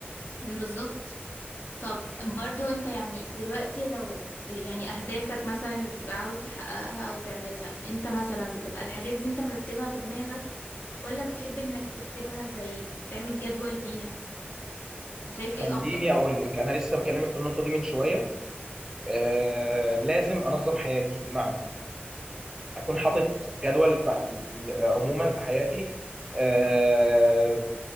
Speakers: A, on the left (about 65°); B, on the right (about 15°).
A: بالظبط طب برضو انت يعني دلوقتي لو ب- يعني اهدافك مثلا اللي بتبقى عاوز تحققها او تعملها انت مثلا بتبقى الحاجات دي انت مرتبها في دماغك ولا بتحب انك تكتبها زي تعمل جدول بيها انت شايف ايه
B: خليني
A: افضل
B: اقول لك انا لسه مكلمك في النقطه دي من شويه آه، لازم انظم حياتي بمعنى اكون حاطط جدول في ح- عموما في حياتي آه،